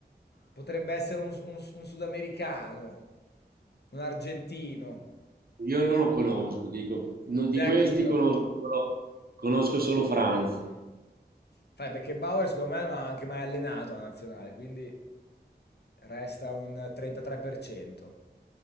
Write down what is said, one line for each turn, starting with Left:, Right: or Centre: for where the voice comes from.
Left: potrebbe essere un, un- un sudamericano, un argentino.
Right: Io non lo conosco, ti dico, non- di
Left: De
Right: questi
Left: Achiro.
Right: conosco solo, conosco solo Franz.
Left: Fai, Beckenbauer secondo me non ha anche mai allenato la nazionale, quindi resta un 33%.